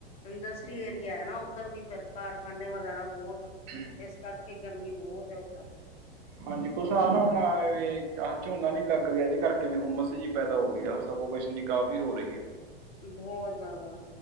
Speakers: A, on the left; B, on the right.
A: ਇੰਡਸਟਰੀ
B: ਹੂੰ
A: ਏਰੀਆ ਹੈ ਨਾ ਉੱਧਰ ਵੀ ਫਿਰ ਕਾਰਖਾਨੇ ਵਗੈਰਾ ਬਹੁਤ
B: ਹਮ।
A: ਇਸ ਕਰਕੇ ਗਰਮੀ ਬਹੁਤ ਹੈ ਉੱਧਰ।
B: ਹਾਂਜੀ, ਕੁਛ ਆ ਨਾ ਹੁਣ ਆਹ ਝੋਨਾ ਨੀ ਲੱਗ ਗਿਆ ਇਹਦੇ ਕਰਕੇ ਵੀ ਹੁੰਮਸ ਜੀ ਪੈਦਾ ਹੋ ਗਈ ਆ ਸਫੋਕੇਸ਼ਨ ਜਈ। ਕਾਫ਼ੀ ਹੋ ਰਹੀ ਹੈ।
A: ਬਹੁਤ ਜ਼ਿਆਦਾ